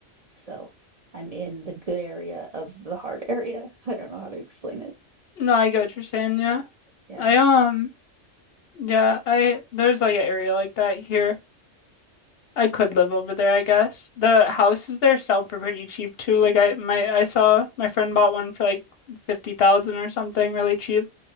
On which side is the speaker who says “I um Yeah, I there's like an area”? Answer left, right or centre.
Left